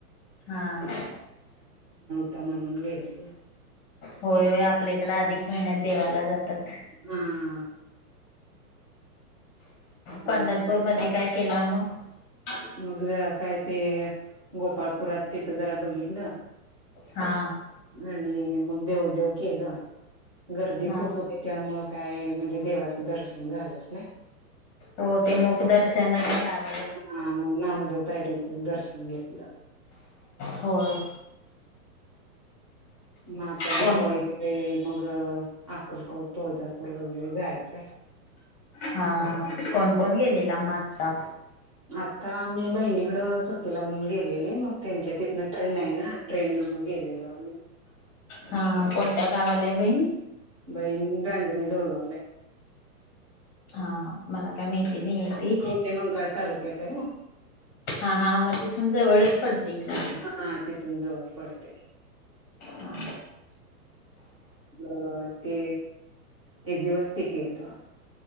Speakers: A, on the left; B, on the right.
A: हां.
B: त मणून गलेलं
A: होय आपल्या इकड अधिक महिन्यात देवाला जातात
B: हम्म
A: पंढरपूर
B: हा
A: मध्ये काय केला मग
B: मग काय ते गोपाळपुरात तिथं जरा बघितलं
A: हा
B: आणि मग देव देेव केलं गर्दी
A: हा
B: खूप होते त्यामु काय म्ह म्हणे देवाचं दर्शन झालंच नाही
A: हो ते मोक दर्शन घ्यावें
B: हा मग नामदेव पायरीचं दर्शन घेतलं
A: होय
B: मग आता दिपवाळीच्या
A: कोण
B: वेळी मग अक्कलकोट तुळजापूर वगैरे जायचंय
A: हा हा कोण कोण गेलेला मग आत्ता
B: आत्ता मी बहिणीकडं सुट्टीला म्हणून गेलेले मग त्यांच्या तिथंन ट्रेन आहे ना ट्रेननं मग गेलेलो आम्ही
A: हा हा कोणत्या गावालाय बहीण
B: बहीण रांजणी धुळगावलाय
A: हा हा मला काय माहिती नाही आहे ते
B: कवठेमंकाळ तालुक्यात आहे ओ
A: हा हा हा मग तिथून जवळच पडतंय की
B: हा तिथून जवळ पडते
A: हा
B: अ ते एक दिवस ते केलं